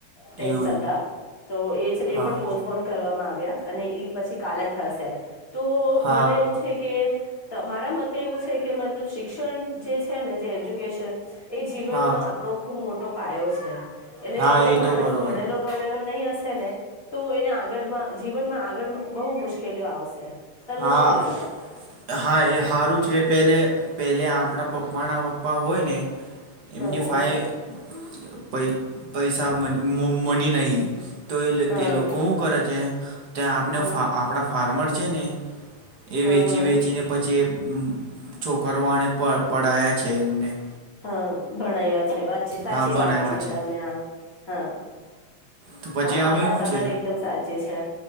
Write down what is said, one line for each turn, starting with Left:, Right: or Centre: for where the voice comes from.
Left: ટેસ્ટ
Right: એવું એવું
Left: હતા તો એ છે
Right: હા
Left: એ પણ પોસ્ટબોન કરવામાં આવ્યા અને ઈ પછી કાલે થશે તો
Right: હા
Left: મને એવું છે કે તમારા મત તે એવું છે કે મતલબ શિક્ષણ જે છે ને જે એજ્યુકેશન એ જીવનનો
Right: હા
Left: આપણો ખુબ મોટો પાયો છે એટલે
Right: હા
Left: અગર
Right: એ
Left: માણસ
Right: તો બરોબર
Left: ભણેલો ગણેેલો નહી હશે ને તો એને આગળમાં જીવનમાં આગળ બહુ મુશ્કેલીઓ આવશે. તમને
Right: હા
Left: શું લાગે
Right: હા એ હારું છે પેલે પેલે આપણા પપ્પ માના પપ્પા હોય ને એમની
Left: હા
Right: ફાલ ય પ પૈસા મ મની નહીં, તો
Left: હા
Right: એ લોકો હુ, કરે છે ત્યાં આપને,
Left: હા હા
Right: આપણા ફાર્મર છે એ
Left: હા
Right: વેચી
Left: હા
Right: વેચીને પછી, એ છોકરોને પ પડાયા છે, એમને
Left: હા ભણાવ્યા છે, વાતચી સાચી
Right: હા બનાવ્યા
Left: વાત કીધી
Right: છે
Left: તમે આમ હા
Right: તો પછી
Left: હા, આ
Right: હવે
Left: વાત
Right: એવું
Left: તમારી
Right: છે
Left: એકદમ સાચી છે.